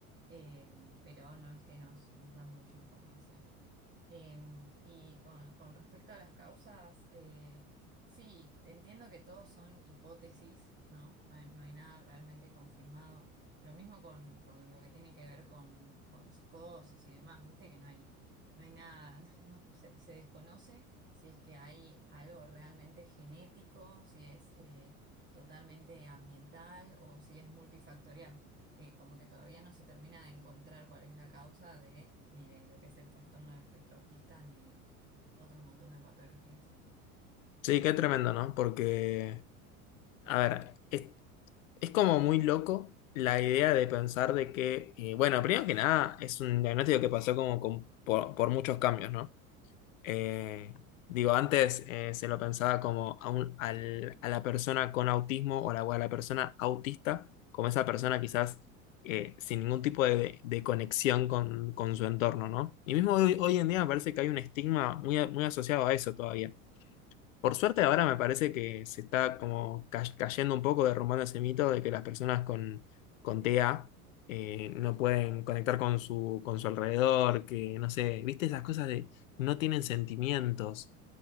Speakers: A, on the right; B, on the left.
A: eh, pero no es que nos, nos dan mucha información. Em, y con, con respecto a las causas, eh, sí, entiendo que todos son hipótesis, ¿no? No hay, no hay nada realmente confirmado. Lo mismo con, con lo que tiene que ver con, con psicosis y demás, ¿viste? Que no hay, no hay nada, <laughs> no- se, se desconoce si es que hay algo realmente genético, si es eh, totalmente ambiental o si es multifactorial eh, como que todavía no se termina de encontrar cuál es la causa de ni de lo que es el trastorno del espectro autista ni de otro montón de patologías.
B: Sí, qué tremendo, ¿no? Porque, a ver, es, es como muy loco la idea de pensar de que, eh, bueno, primero que nada, es un diagnóstico que pasó como con- por, por muchos cambios, ¿no? Eh, digo, antes eh, se lo pensaba como a, un- al- a la persona con autismo o la, o a la persona autista, como esa persona quizás eh, sin ningún tipo de, de conexión con, con su entorno, ¿no? Y mismo hoy, hoy en día me parece que hay un estigma muy, a- muy asociado a eso todavía. Por suerte ahora me parece que se está como ca- cayendo un poco, derrumbando ese mito de que las personas con, con TEA eh, no pueden conectar con su, con su alrededor, que no sé, viste esas cosas de no tienen sentimientos